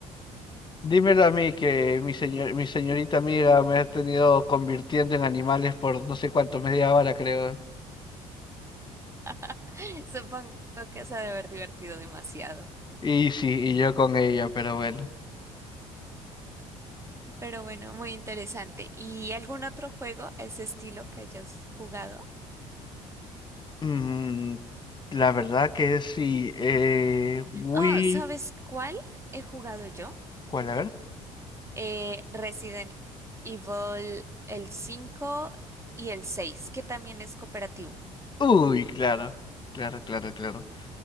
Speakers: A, on the left; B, on the right.
A: dímelo a mí que mi señor, mi señorita amiga me ha tenido convirtiendo en animales por no sé cuánto, media hora creo.
B: <laughs> Supongo que se ha de haber divertido demasiado.
A: Y sí, y yo con ella, pero bueno.
B: Pero bueno, muy interesante. ¿Y algún otro juego a ese estilo que hayas jugado?
A: Mm, la verdad que sí. Eh, we...
B: Oh, ¿sabes cuál he jugado yo?
A: ¿Cuál? A ver.
B: Eh, Resident Evil el 5 y el 6 que también es cooperativo.
A: Uy, claro, claro, claro, claro.